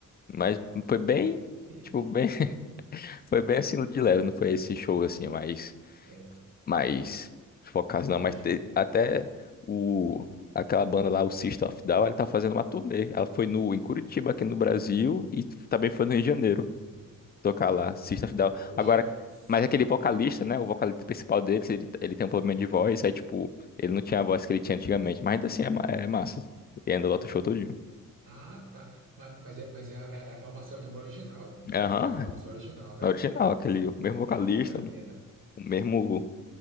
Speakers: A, on the left; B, on the right.
A: Mas foi bem,
B: <laughs>
A: tipo, bem, <laughs> foi bem assim de leve, não foi esse show assim, mais,
B: É,
A: mais
B: é.
A: focado não,
B: Hoje.
A: mas te- até o aquela banda lá, o System of a Down, ela tá fazendo uma turnê. Ela foi no em Curitiba aqui no Brasil e também foi no Rio de Janeiro
B: Ho-
A: tocar lá, System of a Down.
B: Poxa,
A: Agora,
B: se.
A: mas aquele vocalista, né, o vocalista principal deles, ele, ele tem um problema de voz, aí tipo, ele não tinha a voz que ele tinha antigamente, mas ainda assim é, ma- é massa. E ainda lota o show todinho.
B: Ah, tá. Mas, mas, é, mas é, a, é a formação mesmo original, é
A: Aham.
B: aquela formação original, né?
A: Na original, aquele, o mesmo vocalista,
B: Ah, vale a
A: o
B: pena.
A: mesmo